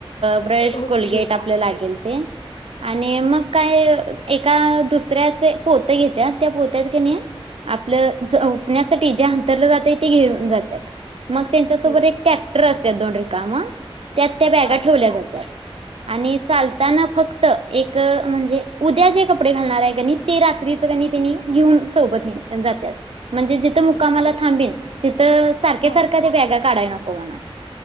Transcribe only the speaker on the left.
ओके
हो
हा
ओके
हा